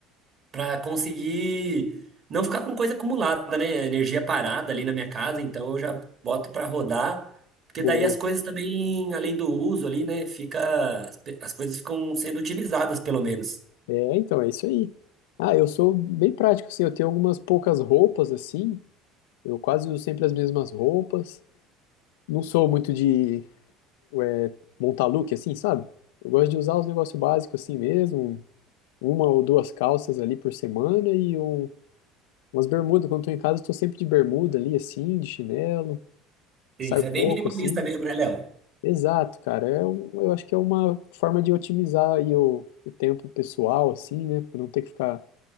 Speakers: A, on the right; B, on the left.
A: para conseguir não ficar com coisa acumulada, né? Energia parada ali na minha casa, então eu já boto para rodar, porque
B: boa.
A: daí as coisas também, além do uso ali, né, fica as pe- as coisas ficam sendo utilizadas pelo menos.
B: É, então, é isso aí. Ah, eu sou bem prático, assim, eu tenho algumas poucas roupas, assim, Eu quase uso sempre as mesmas roupas. Não sou muito de é, montar look assim, sabe? Eu gosto de usar os negócios básicos assim mesmo. Uma ou duas calças ali por semana e um- umas bermudas. Quando tô em casa, estou sempre de bermuda ali, assim, de chinelo. Saio
A: Sim. Isso
B: pouco,
A: é bem minimalista
B: assim.
A: mesmo, né, Léo?
B: Exato, cara. É, um- eu acho que é uma forma de otimizar aí o, o tempo pessoal, assim, né? Pra não ter que ficar